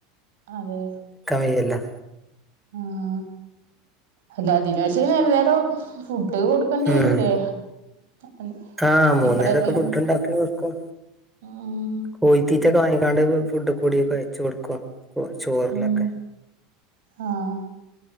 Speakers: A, on the right; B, in the centre.
A: അതെ
B: വയ്യല്ലോ
A: ആഹ് അല്ലാ ഇതിന് പക്ഷേ വേറെ വേറോ ഫുഡ് കൊട് ക്കണ്ട്യരൂല്ലേ
B: ഉം
A: അന്
B: ആഹ് മൂന്നേരൊക്കെ
A: ഇപ്പളക്കെയേ
B: ഫുഡ് ഉണ്ടാക്കി കൊടുക്കും
A: ആഹ്
B: കോഴിത്തീറ്റൊക്കെ വാങ്ങിങാണ്ട് ഫു ഫുഡ് കൂടി കൊയച്ച് കൊടുക്കും കൊർച്ചോറിലൊക്കെ
A: ഉം ആഹ്